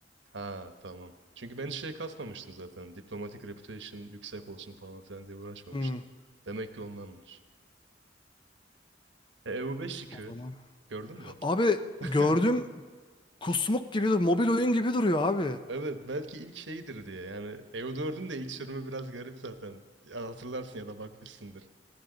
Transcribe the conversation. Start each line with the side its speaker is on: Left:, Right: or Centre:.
Right: Ha tamam. Çünkü ben hiç şey kasmamıştım zaten. Diplomatic reputation yüksek olsun falan filan diye uğraşmamıştım.
Left: Hmm,
Right: Demek ki ondanmış. E, EU5 çıkıyor.
Left: o zaman.
Right: Gördün mü?
Left: Abi
Right: <laughs>
Left: gördüm kusmuk gibi dur. Mobil oyun gibi duruyor abi.
Right: Evet belki ilk şeydir diye. Yani EU4'ün de ilk sürümü biraz garip zaten. Ya hatırlarsın ya da bakmışsındır.